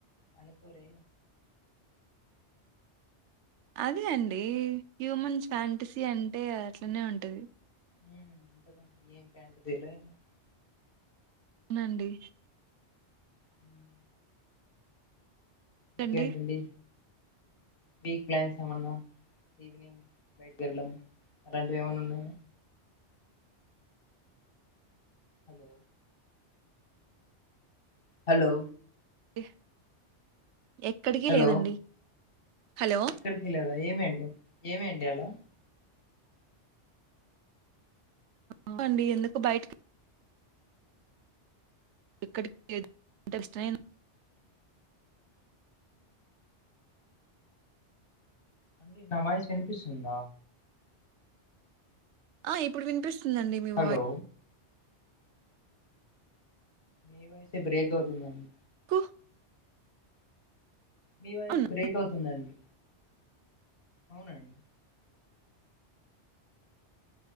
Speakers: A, on the left; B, on the right.
A: అనుకోరే
B: అదే అండి హ్యూమన్ ఫ్యాంటసీ అంటే అట్లానే ఉంటది.
A: ఉమ్ ఉంటదండి ఏం ప్యాంటసీలో ఏమో
B: నండి
A: హ్మ్.
B: ఏంటండి?
A: ఇంకేంటండి వీక్ ప్లాన్స్ ఏమన్న ఈవినింగ్ బయటకిళ్ళడం అలాంటివి ఏమైన్నా ఉన్నయా? హలో హలొ
B: హ్ ఎక్కడికి
A: హలో
B: లేదండి హలో!
A: ఎక్కడికి లేదా ఏమండి ఏమిండి అలా
B: అవుండి ఎందుకు బయటికి ఇక్కడికి ఇంటెస్ట్
A: అండి నా వాయిసు వినిపిస్తుందా?
B: ఆ ఇప్పుడు వినిపిస్తుందిండి మీ
A: హలో
B: వాయిస్
A: ఏమైంది బ్రేక్ అవుతుందిందండి
B: కు
A: మీ వాయిస్
B: అవునా!
A: బ్రేక్ అవుతుందండి అవునండి